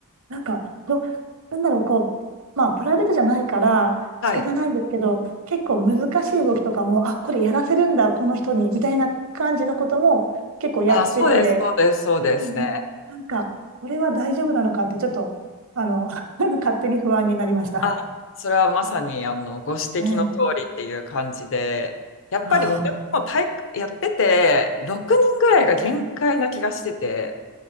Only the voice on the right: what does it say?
なんか、ど、なんだろう、こう、まあ、プライベートじゃないから仕方ないんですけど、
結構難しい動きとかも、あ、これやらせるんだ、この人に、みたいな感じのことも結構やってて、
うんなんか、これは大丈夫なのかって、ちょっと、あの、<laughs> 勝手に不安になりました。
ね。
ああ、